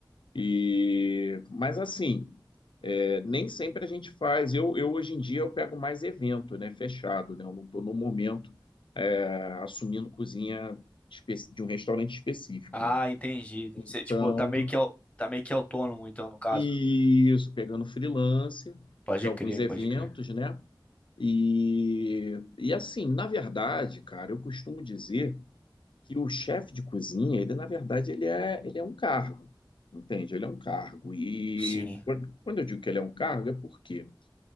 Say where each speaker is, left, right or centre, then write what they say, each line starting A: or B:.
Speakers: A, on the left (about 80°); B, on the left (about 15°).
A: E, mas assim, é, nem sempre a gente faz. Eu, eu hoje em dia eu pego mais evento, né, fechado, né, eu não estou no momento é, assumindo cozinha espe- de um restaurante específico,
B: Ah,
A: né.
B: entendi. Você,
A: Então,
B: tipo, tá meio que, au- tá meio que autônomo, então, no caso.
A: E Isso, pegando freelance
B: Pode
A: de alguns
B: crer,
A: eventos,
B: pode crer.
A: né? E, e assim, na verdade, cara, eu costumo dizer que o chefe de cozinha, ele na verdade ele é, ele é um cargo, entende? Ele é um cargo. E
B: Sim,
A: quando quando eu digo que ele é um cargo, é porque,